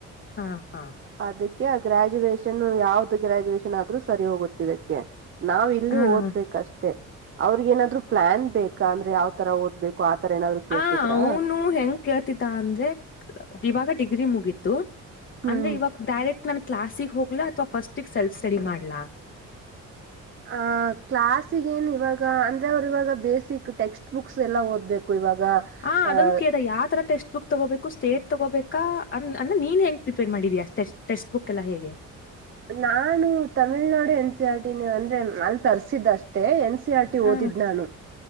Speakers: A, on the left; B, on the right.
A: ಹಾ ಹಾ
B: ಅದಕ್ಕೆ ಗ್ರಾಜುಯೇಷನ್ ಯಾವ್ದ್ ಗ್ರಾಜುಯೇಷನ್ ಆದ್ರೂ ಸರಿ ಹೋಗುತ್ತಿದ್ದಕ್ಕೆ ನಾವ್ ಇಲ್ಲಿ
A: ಹ
B: ಓದ್ಬೇಕಷ್ಟೇ ಅವ್ರಗೆನಾದ್ರು ಪ್ಲಾನ್ ಬೇಕಾ ಅಂದ್ರೆ ಯಾವ್ ತರ ಓದ್ಬೇಕು ಆತರ ಏನಾದ್ರು ಕೇಳ್ತಿದ್ರಾ
A: ಆ ಅವ್ನು ಹೆಂಗ ಕೇಳ್ತಿತ ಅಂದ್ರೆ ಇವಾಗ ಡಿಗ್ರಿ ಮುಗಿತ್ ತ್ತು
B: ಹ್ಮ್
A: ಅಂದ್ರೆ ಇವಾಗ ಡೈರೆಕ್ಟ್ ನಾನ್ ಕ್ಲಸ್ ಹೋಗ್ಲ ಅಥವಾ ಫಸ್ಟ ಸೆಲ್ಫ ಸ್ಟಡಿ ಮಾಡ್ಲಾ
B: ಆ ಕ್ಲಸ್ಗಏನ್ ಇವಾಗ ಅಂದ್ರೆ ಅವರು ಇವಾಗ ಬೇಸಿಕ್ ಟೆಕ್ಸ್ಟ್ ಬುಕ್ ಬುಕ್ಸ್ ಎಲ್ಲಾ ಓದ್ಬೇಕು ಇವಾಗ
A: ಆ ಅದೊಂದ
B: ಅಹ
A: ಕೇಳ್ದ ಯಾವ ತರ ಟೆಕ್ಸ್ಟ್ ಬುಕ್ ತಗೋಬೇಕು ಸ್ಟೇಟ್ ತಗೋಬೇಕಾ ಅಂದ್ರೆ ನಿ ನೀನ್ ಹೆಂಗ ಪ್ರಿಪೇರ್ ಮಾಡಿದೀಯಾ ಟೇಶ್ ಟೆಸ್ಟ್ ಬುಕ್ ಎಲ್ಲ ಹೇಗೆ
B: ನಾನು Tamil Nadu N C R T ಅಂದ್ರೆ ಅಲ್ಲಿ ತರ್ಸಿದ್ದಷ್ಟೇ ಏನ್ ಸಿ ಆರ್ ಟಿ
A: ಹಾ
B: ಓದಿದ್ ನಾನು